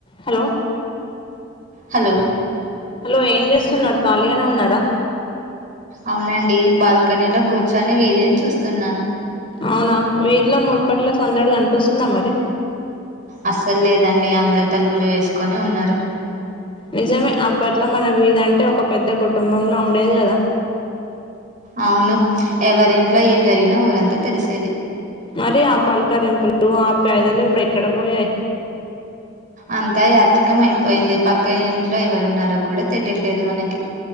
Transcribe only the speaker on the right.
హలో
అవునండి బాల్కనీలో కూర్చొని వీధిలో చూస్తున్నాను
అస్సలు లేదండి అందరు తలుపులు వేసుకొని ఉన్నారు
అవును ఎవరింట్లో ఏం జరిగినా ఊరంతా తెలిసేది
అంతా యాత్రికం అయిపోయింది పక్క ఇంట్లో ఎవరున్నారో కూడా తెలియట్లేదు మనకి